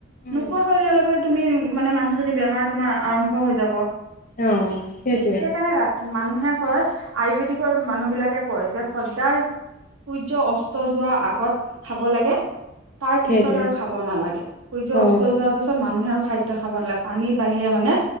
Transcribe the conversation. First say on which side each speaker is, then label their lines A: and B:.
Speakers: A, on the left; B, on the right.
A: উম
B: নোপোৱাহৈ ৰল লগত তুমি মানে মানুহজনী বেমাৰ তোমাৰ আৰম্ভ হৈ যাব,
A: অ সেইটোৱে
B: সেইকাৰণে ৰাতি মানুহ মানুহে কয় আয়ুৰ্বেদিকৰ মানুহ বিলাকে কয় যে সদায় সূৰ্য অস্ত যোৱাৰ আগত খাব লাগে, তাৰ পিছত
A: সেইটোৱে
B: আৰু খাব নালাগে, সূৰ্য
A: অ',
B: অস্ত যোৱাৰ পিছত মানুহে আও খাদ্য খাব নালাগে, পানীৰ বাহিৰে মানে